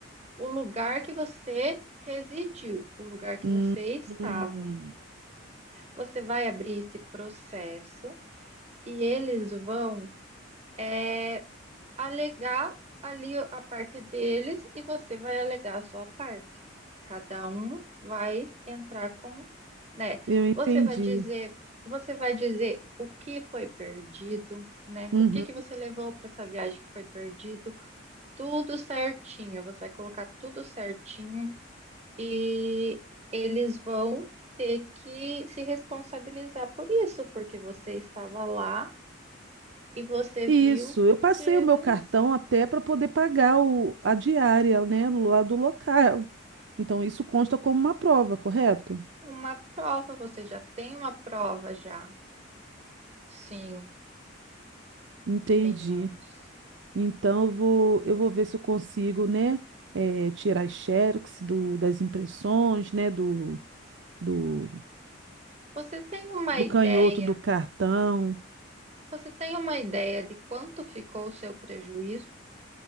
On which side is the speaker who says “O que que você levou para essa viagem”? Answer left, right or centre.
Right